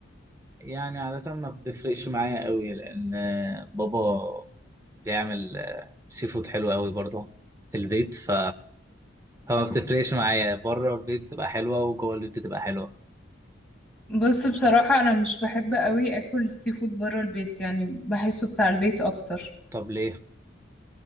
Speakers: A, on the right; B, in the centre.
A: يعني عادة ما بتفرقش معايا قوي لأن آه، بابا بيعمل آه، سي فود حلو قوي برضه في البيت ف... فما بتفرقش معايا بره البيت بتبقى حلوة وجوه البيت بتبقى حلوة
B: بص بصراحة انا مش بحب قوي اكل السي فود برا البيت يعني بحسه بتاع البيت اكتر
A: طب ليه؟